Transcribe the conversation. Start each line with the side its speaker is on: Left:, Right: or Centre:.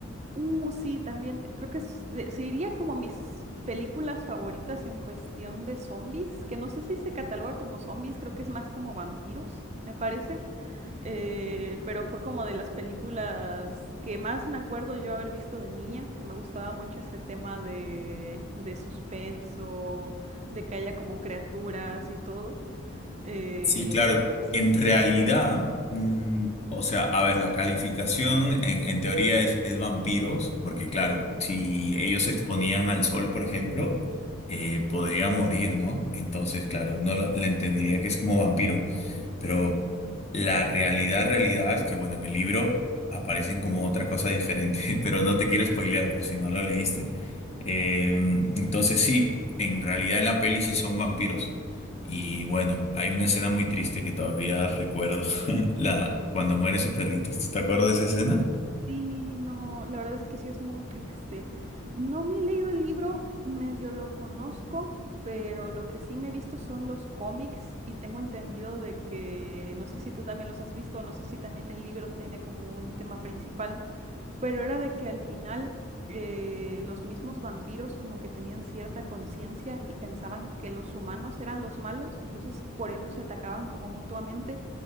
Right: Uh, sí, también creo que es de- se diría como mis películas favoritas en cuestión de zombies, que no sé si se cataloga como zombies, creo que es más como vampiros, me parece. eh, pero fue como de las películas que más me acuerdo yo haber visto de niña, que me gustaba mucho ese tema de, de suspenso, de que haya como criaturas y todo. Eh,
Left: Sí, claro.
Right: sí,
Left: En
Right: sí,
Left: realidad,
Right: sí.
Left: mm, o sea, a ver, la calificación en, en teoría es, es vampiros, porque claro, si ellos se exponían al sol, por ejemplo, eh, podrían morir, ¿no? Entonces, claro, uno lo- le entendería que es como vampiro. Pero la realidad, realidad es que, bueno, en el libro aparecen como otra cosa diferente, <laughs> pero no te quiero spoilear por si no lo leíste. Eh, entonces sí, en realidad en la peli sí son vampiros. Y bueno, hay una escena muy triste que todavía recuerdo, <laughs> la, cuando muere su perrito. ¿Tú te acuerdas de esa escena?
Right: Sí, no, la verdad es que sí es muy triste. No me he leído el libro, medio lo conozco, pero lo que sí me he visto son los cómics y tengo entendido de que, no sé si tú también los has visto, no sé si también el libro tiene como un tema principal. Pero era de que al final eh, los mismos vampiros como que tenían cierta conciencia y pensaban que los humanos eran los malos, entonces por eso se atacaban como mutuamente.